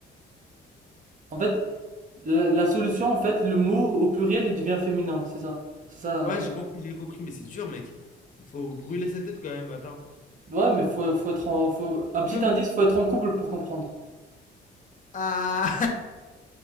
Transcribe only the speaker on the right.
En fait, la, la solution, en fait, le mot au pluriel, il devient féminin, c'est ça. C'est ça. euh.
Ouais, mais faut, faut être en, faut... Un petit
indice, faut être en couple pour comprendre.